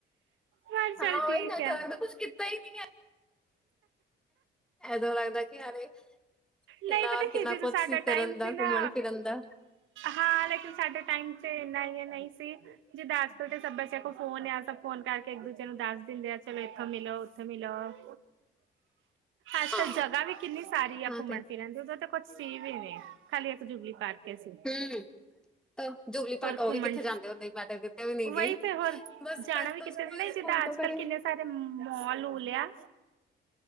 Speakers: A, on the right (about 80°); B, in the centre.
A: ਹਾ ਚੱਲ
B: ਹਾਂ
A: ਠੀਕ
B: ਉਹੀ ਨਾ ਤਾਂ
A: ਐ।
B: ਲੱਗਦਾ ਕੁਛ ਕੀਤਾ ਹੀ ਨਹੀਂ ਹੈ ਐਦੋਂ ਲੱਗਦਾ ਕੀ ਹਾਲੇ ਕਿੰਨਾ
A: ਨਈ ਪਤਾ
B: ਕਿੰਨਾ
A: ਕੀ ਚੀਜ
B: ਕੁਛ
A: ਸਾਡਾ
B: ਸੀ ਕਰਨ
A: ਟਾਈਮ
B: ਦਾ
A: ਸੀ ਨਾ
B: ਘੁੰਮਣ ਫਿਰਨ ਦਾ
A: ਹਾਂ ਲੇਕਿਨ ਸਾਡੇ਼ ਟਾਈਮ ਤੇ ਇੰਨਾ ਐ ਨਈ ਸੀ। ਜੇ ਦਾਸ ਤੌ ਤੇ ਸਭ ਬੱਚਿਆਂ ਕੋਲ ਫੋਨ ਅਇਆ ਸਭ ਫੋਨ ਕਰਕੇ ਇੱਕ ਦੂਜੇ ਨੂੰ ਦਾਸ ਦੇੰਦੇ ਆ ਚਲੋ ਇੱਥੋਂ ਮਿਲੋ ਉੱਥੇ ਮਿਲੋ। <inaudible> ਆਜ
B: ਹਾਂ
A: ਕਲ ਤਾਂ ਜਗ੍ਹਾ ਵੀ ਕਿੰਨੀ ਸਾਰੀ ਆ
B: ਹਾਂ
A: ਘੁੰਮਣ
B: ਤੇ
A: ਫਿਰਨ ਦੀ ਉਦੋਂ ਤਾਂ ਕੁਛ ਸੀ ਵੀ ਨੀ, ਖਾਲੀ ਇੱਕ ਜੁਗਲੀ ਪਾਰਕ। ਸੀ
B: ਹੂ। ਤਾ ਜੁਬਲੀ ਪਾਕ
A: ਹੋਰ
B: ਔ
A: ਘੁੰਮਣ
B: ਵੀ ਕਿੱਥੇ ਜਾਂਦੇ ਹੁੰਦੇ ਮੈਂ ਤਾਂ ਕਿਤੇ ਵੀ ਨੀ
A: ਵਹੀ
B: ਗਈ,
A: ਤੇ ਹੋਰ
B: ਬਸ
A: ਜਾਣਾ
B: ਕਰ
A: ਵੀ
B: ਤੋਂ
A: ਕਿਤੇ
B: ਸਕੂਲ
A: ਨਈ
B: ਸਕੂਲ
A: ਜਿੱਦਾਂ
B: ਤੋਂ
A: ਆਜ-
B: ਕਰੇ
A: ਕੱਲ ਕਿੰਨੇ ਸਾਰੇ, ਮੋਲ ਉਲਿਆ